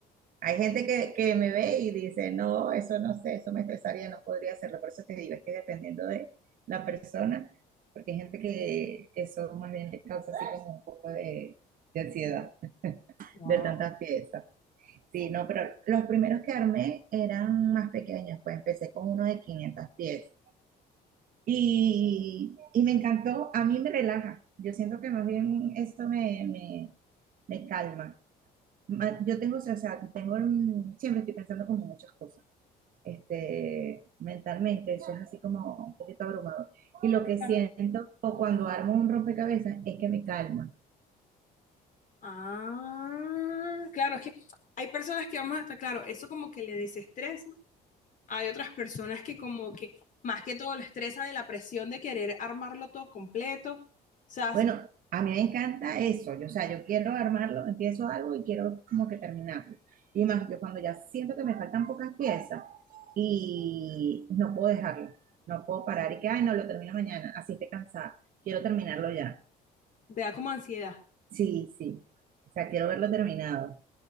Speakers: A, on the right; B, on the left.
A: Hay gente que, que me ve y dice, no, eso no sé, eso me estresaría, no podría hacerlo. Por eso te digo, es que dependiendo de la persona, porque hay gente que eso más bien le causa así como un poco de, de ansiedad,
B: No,
A: de tantas piezas. Sí, no, pero los primeros que armé eran más pequeños, pues empecé con uno de 500 pies y, y me encantó, a mí me relaja, yo siento que más bien esto me, me, me calma. Ma- Yo tengo, o sea, tengo, mm, siempre estoy pensando como muchas cosas, este, mentalmente, eso es así como un poquito abrumador. Y lo que
B: claro.
A: siento o cuando armo un rompecabezas es que me calma.
B: Ah, claro, es que hay personas que vamos hasta claro, eso como que le desestresa Hay otras personas que como que más que todo lo estresa de la presión de querer armarlo todo completo, o sea, s-
A: Bueno, a mí me encanta eso, yo, o sea, yo quiero armarlo, empiezo algo y quiero como que terminarlo. Y más, yo cuando ya siento que me faltan pocas piezas y no puedo dejarlo, no puedo parar y que, ay, no, lo termino mañana, así esté cansada, quiero terminarlo ya.
B: te da como ansiedad.
A: Sí, sí, o sea, quiero verlo terminado.